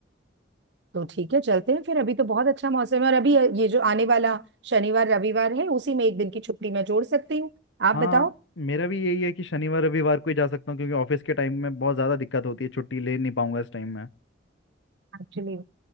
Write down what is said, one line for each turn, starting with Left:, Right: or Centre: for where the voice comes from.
Right: तो ठीक है चलते हैं फिर अभी तो बहुत अच्छा मौसम है और अभी ये जो आने वाला शनिवार रविवार है उसी में एक दिन की छुट्टी मैं जोड़ सकती हूँ आप
Left: हाँ
Right: बताओ
Left: मेरा भी यही है कि शनिवार रविवार को ही जा सकता हूँ क्योंकि ऑफिस के टाइम में बहुत ज़्यादा दिक्कत होती है छुट्टी ले नहीं पाऊंगा इस टाइम में
Right: एक्चुअली